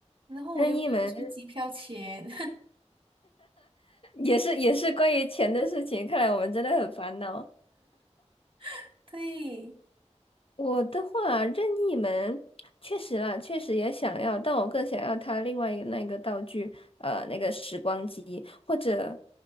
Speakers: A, on the right (about 45°); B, on the left (about 50°).
A: 然后我又不用出机票钱，
B: 任意门也是也是关于钱的事情，看来我们真的很烦恼。
A: <laughs> 对，
B: 我的话，任意门确实啦，确实也想要，但我更想要它另外一个那个道具，呃，那个时光机或者